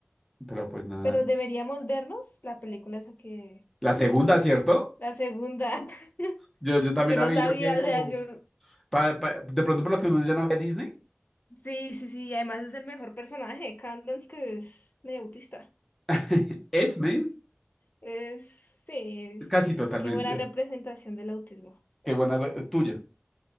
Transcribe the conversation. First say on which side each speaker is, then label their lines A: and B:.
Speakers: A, in the centre; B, on the left.
A: Pero pues nada.
B: Pero deberíamos vernos la película esa que
A: La
B: que dijiste.
A: segunda, ¿cierto?
B: La segunda. <laughs>
A: Yo, yo
B: Yo
A: también la
B: no
A: vi,
B: sabía,
A: yo quedé
B: o
A: como...
B: sea, yo.
A: pa- pa- de pronto por lo que uno ya no ve Disney.
B: Sí, sí, sí, y además es el mejor personaje de Candance, que es medio autista.
A: <laughs> Esme,
B: Es, sí, sí,
A: casi totalmente.
B: es que buena representación del autismo.
A: Qué buena re- tuya. <laughs>